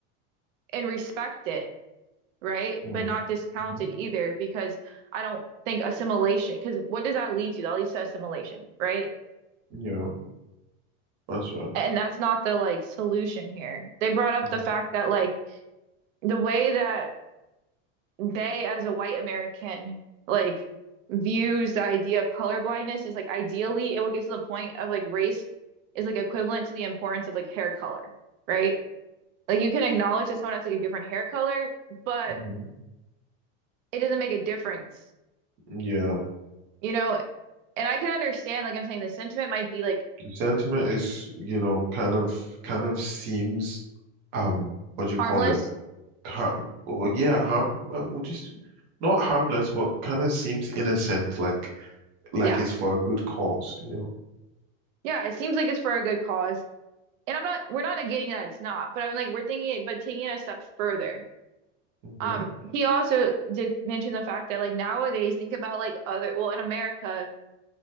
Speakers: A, on the right; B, on the right.
A: and respect it, right?
B: Mm.
A: But not discount
B: hmm
A: it either, because I don't think assimilation, because what does that lead to? That leads to assimilation, right?
B: Yeah. That's right.
A: And that's not the like solution here. They brought up
B: Mm-hmm.
A: the fact that like the way that they as a white American like views the idea of colorblindness is like ideally it will get to the point of like race is like equivalent to the importance of like hair color, right? Like you can acknowledge that someone has like a different hair color, but
B: hmm
A: it doesn't make a difference,
B: Yeah.
A: you know? And I can understand, like I'm saying, the sentiment might be like
B: The sentiment is, you know, kind of kind of seems um what do you
A: harmless.
B: call it? Harm well, yeah, harm uh, would you s- not harmless, but kind of seems innocent, like like
A: Yeah.
B: it's for a good cause, you know.
A: Yeah. It seems like it's for a good cause. And I'm not, we're not negating that it's not, but I'm like, we're thinking it, but taking it a step further.
B: Mm-hmm.
A: Um, he also did mention the fact that like nowadays, think about like other, well, in America,